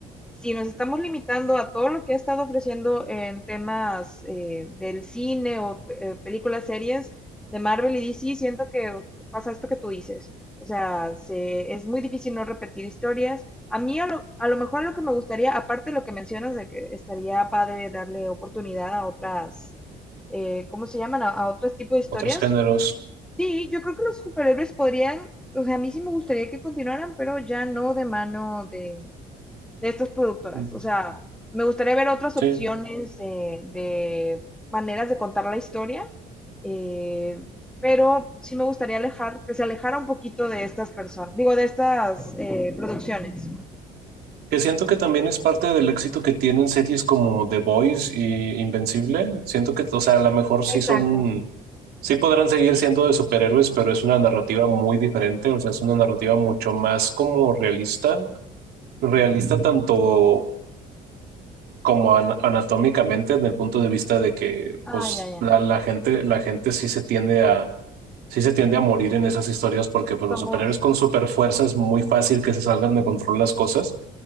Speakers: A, in the centre; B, on the right (about 70°).
A: si nos estamos limitando a todo lo que ha estado ofreciendo en temas eh, del cine o eh, películas, series de Marvel y DC, siento que pasa esto que tú dices. O sea, se- es muy difícil no repetir historias. A mí a lo, a lo mejor lo que me gustaría, aparte de lo que mencionas, de que estaría padre darle oportunidad a otras, eh, ¿cómo se llaman? A, a otros tipos de historias.
B: Otros géneros
A: Sí, yo creo que los superhéroes podrían, o sea, a mí sí me gustaría que continuaran, pero ya no de mano de, de estas productoras.
B: mm,
A: O sea, me gustaría ver otras
B: Sí,
A: opciones de, de maneras de contar la historia, eh, pero sí me gustaría alejar, que se alejara un poquito de estas personas, digo, de estas eh, producciones.
B: que siento que también es parte del éxito que tienen series como The Boys y Invencible. Siento que, o sea, a lo mejor sí
A: Exacto.
B: son, sí podrán seguir siendo de superhéroes, pero es una narrativa muy diferente, o sea, es una narrativa mucho más como realista, realista tanto como an- anatómicamente en el punto de vista de que,
A: Ah,
B: pues,
A: ya, ya.
B: la, la gente, la gente sí se tiende a, sí se tiende a morir en esas historias porque, pues,
A: Somos,
B: los superhéroes con super fuerza es muy fácil que se salgan de control las cosas